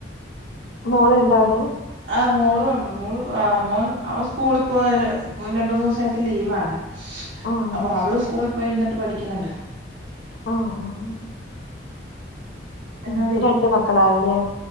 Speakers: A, on the left; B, on the right.
A: മോളുണ്ടോ അവിടെ
B: ആ മോളുവോണ്ട് മോള് ആ മോൻ അവൻ സ്കൂളിപ്പോ രണ്ട് മൂന്നൂസായിട്ട് ലീവാണ്
A: ആഹ്
B: അപ്പൊ അവള്
A: ശരി
B: സ്കൂളിപോയി വന്നിട്ട് പഠിയ്ക്ന്ന്ണ്ട്
A: ഒ ഓ ഓ
B: എന്നാടി
A: ഉം രണ്ട് മക്കളാവുലേ